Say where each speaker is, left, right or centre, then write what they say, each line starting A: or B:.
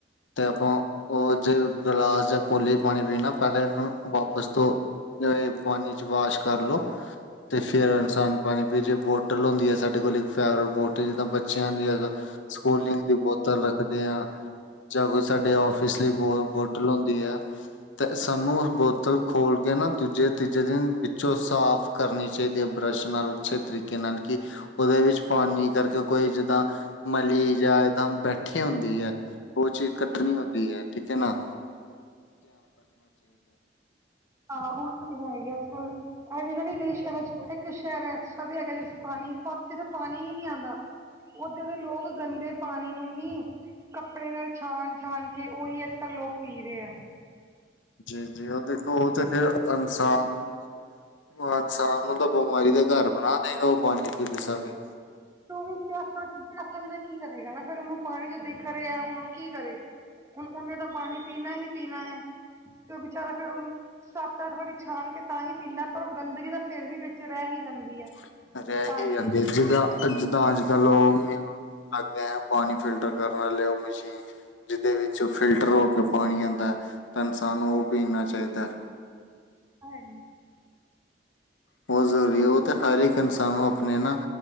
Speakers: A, on the left; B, on the right.
A: ਤੇ ਆਪਾਂ ਉਹ ਜੇ ਗਲਾਸ ਚ ਜਾਂ ਕੋਲੇ ਪਾਣੀ ਪੀਣਾ, ਪਹਿਲੇ ਇਹਨੂੰ ਵਾਪਸ ਤੋਂ ਪਾਣੀ ਚ, ਵਾਸ਼ ਕਰ ਲਓ। ਤੇ ਫਿਰ ਇਨਸਾਨ ਪਾਣੀ ਪੀ, ਜੇ ਬੋਟਲ ਹੁੰਦੀ ਹੈ ਸਾਡੇ ਕੋ, ਲ ਇੱਕ ਫੇਵਰੇਟ ਬੋਟਲ ਜਿੱਦਾਂ, ਬੱਚਿਆਂ ਦੀ ਹੈ। ਸਕੂਲਿੰਗ, ਦੀ ਬੋਤਲ ਰੱਖਦੇ ਹਾ। ਜਾਂ ਕੋਈ ਸਾਡੇ, ਆਫਿਸ ਲਈ ਬੋਤਲ ਹੁੰਦੀ ਹੈ, ਤੇ ਸਾਨੂੰ ਉਸ ਬੋਤਲ ਖੋਲ ਕੇ ਨਾ, ਦੂਜੇ -ਤੀਜੇ ਦਿਨ ਵਿੱਚੋਂ ਸਾਫ ਕਰਨੀ ਚਾਹੀਦੀ ਹੈ ਬਰੱਸ਼ ਨਾਲ, ਅੱਛੇ ਤਰੀਕੇ ਨਾਲ ਕਿ ਉਹਦੇ ਵਿੱਚ ਪਾਣੀ ਕਰਕੇ, ਕੋਈ ਜਿੱਦਾਂ ਮਲੀ ਜਾਂ ਏਦਾਂ ਬੈਠੀ ਹੁੰਦੀ ਹੈ। ਉਹ ਚੀਜ਼, ਕੱਟਣੀ ਹੁੰਂਦੀ ਹੈ। ਕਿੱਦਨਾ ਨੂੰ
B: ਹਾਂ ਹੁਣ ਹੋਈ ਹੈ ਅੱਜ -ਕੱਲ। ਵੀ ਕਈ ਸ਼ਹਿਰ ਇੱਕ ਸ਼ਹਿਰ ਹੈਗਾ, ਪੰਪ ਤੋਂ ਪਾਣੀ ਪਾਣੀ ਹੀ ਨਹੀ ਆਉਂਦਾ। ਉਧੱਰ ਦੇ ਲੋਕ, ਗੰਦੇ ਪਾਣੀ ਨੂੰ ਹੀ ਕੱਪੜੇ ਨਾਲ, ਛਣ -ਛਾਨ ਕੇ ਉਹੀ ਅੱਜ -ਕੱਲ੍ਹ ਲੋਕ ਪੀ, ਰਹੇ ਆ
A: ਜੇ -ਜੇ ਉਹ ਦੇਖੋ, ਉਹ ਤੇ ਫੇਰ ਇਨਸਾਨ ਇਨਸਾਨ ਨੂੰ ਤਾਂ, ਬਿਮਾਰੀ ਦਾ ਘਰ ਬਣਾ ਦੇਗਾ ਉਹ ਪਾਣੀ ਫਿਰ ਸਰਵੇ
B: ਤੇ ਉਹ ਪਿਆਸਾ- ਪਿਆਸਾ ਵੀ ਤਾਂ ਕੀ ਕਰੇਗਾ, ਫਿਰ ਉਹਨੂੰ ਪਾਣੀ ਚ ਦੇਖ ਰਿਹਾ ਹੁਣ, ਉਹ ਕੀ ਕਰੇ ਹੁਣ ਉਹਨੇ ਤਾਂ, ਪਾਣੀ ਪੀਣਾ ਹੀ ਪੀਣਾ ਹੈ, ਤੇ ਉਹ ਬੇਚਾਰਾ ਫੇਰ ਉਹਨੂੰ ਸੱਤ, ਅੱਠ ਵਾਰੀ, ਛਾਣ ਕੇ ਤਾਂ ਹੀ ਪੀਂਦਾ, ਪਰ ਉਹ ਗੰਦਗੀ ਤਾਂ ਫੇਰ ਵੀ ਵਿੱਚ, ਰਹਿ ਹੀ ਜਾਂਦੀ ਹੈ।
A: ਤੇ ਫਿਰ ਏਡੀ
B: ਪਾਣੀ
A: ਜਲਦੀ
B: ਵਿੱਚ
A: ਗਾ ਜਿੱਦਾਂ ਅੱਜ -ਕੱਲ ਉਹ ਅਲੱਗ ਹੈ, ਪਾਣੀ ਫਿਲਟਰ ਕਰਨ ਵਾਲੀ ਔ ਮਸ਼ੀਨ ਜਿਹਦੇ ਵਿੱਚ, ਫਿਲਟਰ ਹੋ ਕੇ ਪਾਣੀ ਆਉਂਦਾ ਤਾਂ, ਇਨਸਾਨ ਉਹ ਪੀਣਾ ਚਾਹੀਦਾ।
B: ਹਾਏ
A: ਬਹੁਤ ਜ਼ਰੂਰੀ ਹੈ, ਉਹ ਤੇ ਹਰ ਇੱਕ ਇਨਸਾਨ ਨੂੰ, ਆਪਣੇ ਨਾ